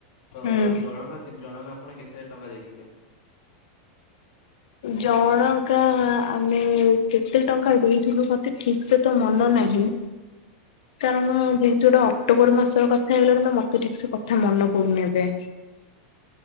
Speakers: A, on the left; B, on the left.
A: ତ
B: ହୁଁ
A: ଜଣଙ୍କା ଜଣଙ୍କା ଆପଣ କେତେ ଟଙ୍କା ଦେଇଥିଲେ?
B: ଜଣକାା ଆମେ କେତେ ଟଙ୍କା ଦେଇଥିଲୁ ମତେ ଠିକ୍ ସେ ତ ମନ ନାହିଁ। କାରଣ ଯେହେତୁ ଗୋଟେ ଅକ୍ଟୋବର ମାସ କଥା ହେଇଗଲାଣି ତ ମତେ ଠିକ୍ ସେ କଥା ମନେ ପଡୁନେଇ ଏବେ।